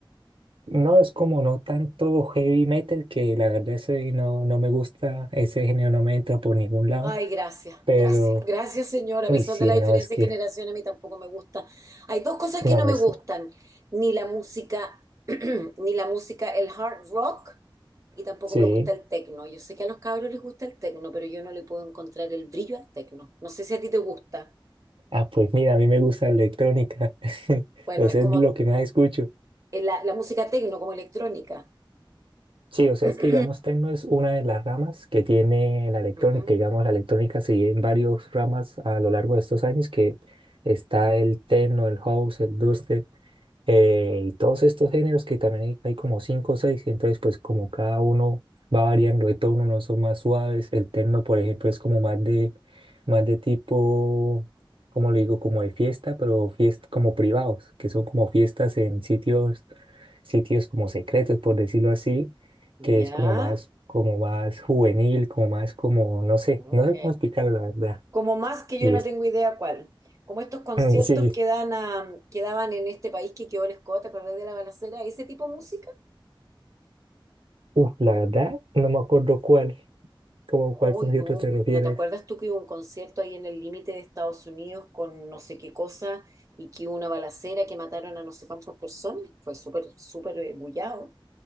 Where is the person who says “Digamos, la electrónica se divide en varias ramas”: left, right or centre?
Right